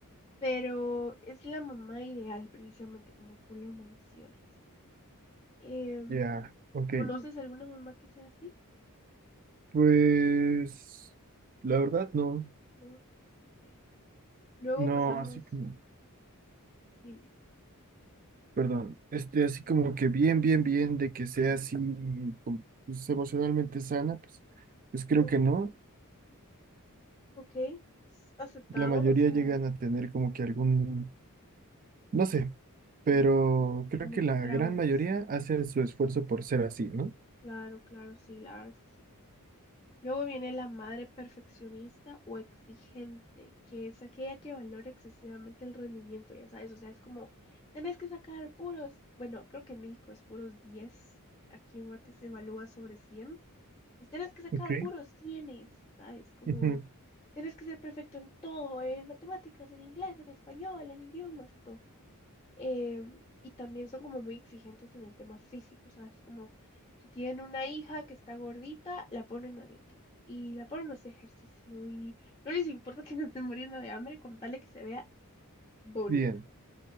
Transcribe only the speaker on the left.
pero es la mamá ideal precisamente como tú lo mencionas. Em,
Mm.
¿conoces alguna mamá que sea así?
No, ok. Luego
pasamos,
dime,
no,
ok, es aceptado,
o sea,
mm,
como
traumas.
Claro, claro, sí, la verdad es que sí. Luego viene la madre perfeccionista o exigente, que es aquella que valora excesivamente el rendimiento, ya sabes, o sea, es como, tenés que sacar puros, bueno, creo que en México es puros diez aquí en Guate se evalúa sobre cien pues tenés que sacar
puros cienes ¿sabes? Como,
tenés que ser perfecto en todo, en matemáticas, en inglés, en español, en idiomas y todo em, y también son como muy exigentes en el tema físico, o sea, es como si tienen una hija que está gordita, la ponen a dieta y la ponen a hacer ejercicio y no les importa que <laughs> se estén muriendo de hambre con tal de que se vea bonita.